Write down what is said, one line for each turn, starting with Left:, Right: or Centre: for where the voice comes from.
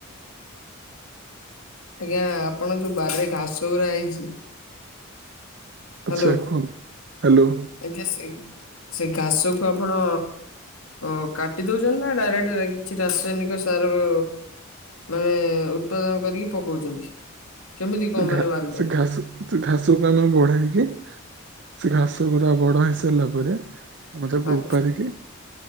Left: ଆଜ୍ଞା ଆପଣ ଯେଉଁ ବାରିରେ ଘାସଗୁଡ଼ା ହେଇଚି-
Right: ଆଚ୍ଛା
Left: ହାଲୋ
Right: କୁହନ୍ତୁ ହ୍ୟାଲୋ
Left: ଆଜ୍ଞା ସେ ସେ ଘାସକୁ ଆପଣ ଅଁ କାଟି ଦଉଚନ୍ତି ନା ଡାଇରେକ୍ଟ କିଛି ରାସାୟନିକ ସାର ଓ ମାନେ ଉତ୍ପାଦନ କରିକି ପକାଉଚନ୍ତି କେମିତି କଣ
Right: ସେ ଘା
Left: ମାନେ ମାରୁଚନ୍ତି।
Right: ସେ ଘାସ ସେ ଘାସକୁ ଆମେ ବଢେଇକି ସେ ଘାସ ଗୁରା ବଡ ହେଇ ସାରିଲା ପରେ ଆମେ ତାକୁ
Left: ଆଜ୍ଞା
Right: ଉପାଡିକି